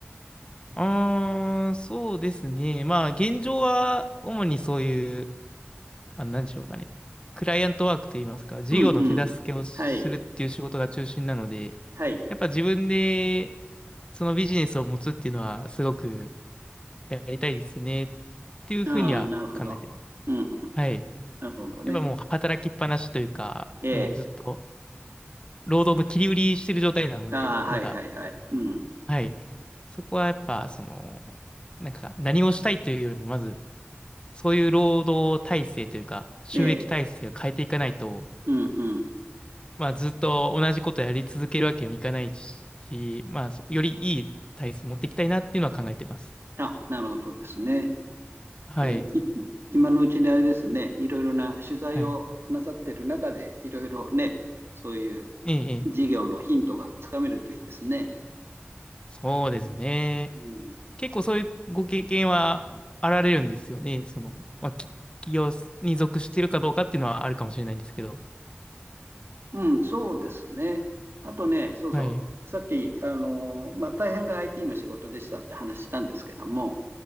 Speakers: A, on the left; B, on the right.
A: ああ、そうですね。まあ、現状は主にそういう、あ、なんでしょうかね。クライアントワークといいますか、事業の手助けをするっていう仕事が中心なので、
B: うんうん。はい。はい。
A: やっぱ自分でそのビジネスを持つっていうのはすごくやりたいですねっていうふうには考えてます。
B: ああ、なるほど。うん。
A: はい。
B: なるほどね。
A: やっぱもう働きっぱなしというか、
B: ええ。
A: もうずっと労働の切り売りしてる状態なので、
B: ああ、はいはいはい。
A: まだ。
B: うん。
A: はい。そこはやっぱ、その、なんか何をしたいというよりも、まず、そういう労働体制というか、収益体制を変えていかないと、
B: ええ。うんうん。
A: まあずっと同じことやり続けるわけにもいかないし、まあ、そよりいい体制持っていきたいなっていうのは考えてます。
B: あ、なるほどですね。
A: はい。
B: じゃあ、い、今のうちにあれですね。いろいろな取材をなさってる中で、
A: はい。
B: いろいろね、そういう
A: ええ、ええ
B: 事業のヒントがつかめるといいですね。
A: そうですね。
B: うん。
A: 結構そういうご経験はあられるんですよね。その、まあ、き企業に属してるかどうかっていうのはあるかもしれないんですけど。
B: うん、そうですね。あとね、そうそう。
A: はい。
B: さっき、あのーまあ、大半が IT の仕事でしたって話したんですけども、